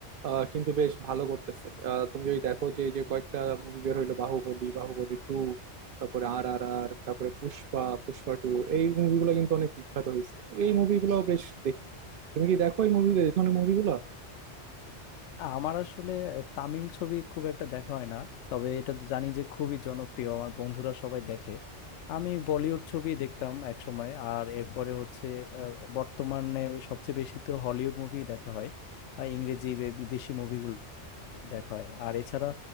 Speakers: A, on the right; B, on the left.
A: আহ, কিন্তু বেশ ভালো করতেছে আহ, তুমি যদি দেখো যে এই যে কয়েকটা মুভি বের হইলো বাহুবলী বাহুবলী টু তারপরে আর আর আর তারপরে পুষ্পা পুষ্পা টু এই মুভিগুলো কিন্তু অনেক বিখ্যাত হয়েছে তো এই মুভিগুলো বেশ দেখি তুমি কি দেখো এই মুভি এই ধরনের মুভিগুলো
B: আমার আসলে তামিল ছবি খুব একটা দেখা হয় না তবে এটা তো জানি যে খুবই জনপ্রিয় আমার বন্ধুরা সবাই দেখে আমি বলিউড ছবি দেখতাম এক সময় আর এরপরে হচ্ছে আহ, বর্তমানে সবচেয়ে বেশি তো হলিউড মুভি দেখা হয় আর ইংরেজি বা বিদেশি মুভিগুলো দেখা হয় আর এছাড়া